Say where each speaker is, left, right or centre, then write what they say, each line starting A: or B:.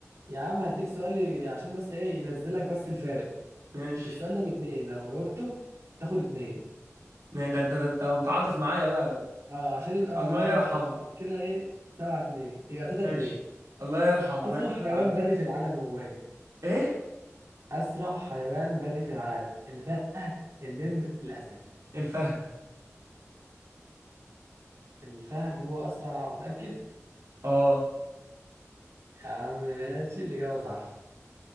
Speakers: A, on the right; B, on the right.
A: يا عم هديك سؤال ي- عشان بس ايه ينزل لك بس الفارق
B: ماشي
A: بالسؤال ده باتنين لو جاوبته تاخد اتنين
B: ما- ده انت ده انت متعاطف معايا بقى
A: اه عشان يبقى
B: الله يرحم
A: كده ايه سبعة اتنين يبقى تلاتة
B: ماشي
A: اتنين
B: الله يرحم
A: اسرع
B: ماشي
A: حيوان
B: يا عم
A: بري في العالم هو ايه
B: ايه
A: أسرع حيوان بري في العالم الفهد النمر الأسد
B: الفهد
A: الفهد هو أسرع متأكد
B: اه
A: يا عم ماشي الإجابة صح